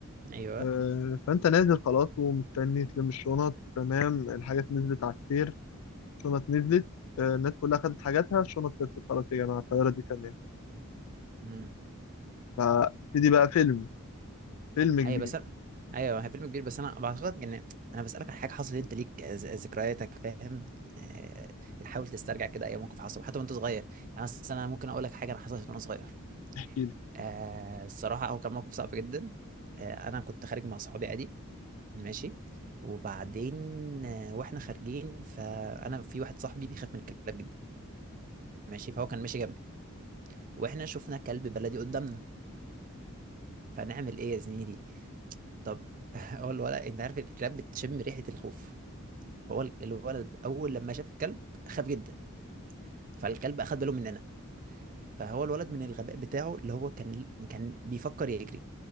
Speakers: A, on the right (about 40°); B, on the left (about 80°).
A: ايوه
B: آه فأنت نازل خلاص ومستني تلم الشنط تمام الحاجات نزلت على السير الشنط نزلت آه الناس كلها خدت حاجاتها الشنط خلصت خلاص يا جماعة الطيارة دي تمام
A: امم
B: فابتدي بقى فيلم فيلم كبير
A: ايوه بس أنا... ايوه هي فيلم كبير بس انا بعتقد ان انا بسالك عن حاجه حصلت انت ليك ز- ذكرياتك فاهم آه، حاول تسترجع كده اي موقف حصل حتى وانت صغير يعني مثلا انا ممكن اقول لك حاجه انا حصلت وانا صغير
B: احكي لي
A: آه الصراحه هو كان موقف صعب جدا آه انا كنت خارج مع صحابي عادي ماشي وبعدين آه، واحنا خارجين فانا في واحد صاحبي بيخاف من الكلاب جدا ماشي فهو كان ماشي جنبي واحنا شفنا كلب بلدي قدامنا فنعمل ايه يا زميلي طب <laughs> هو الولد انت عارف الكلاب بتشم ريحة الخوف فهو ال- الولد اول لما شاف الكلب خاف جدا فالكلب اخد باله مننا فهو الولد من الغباء بتاعه اللي هو كان كان بيفكر يجري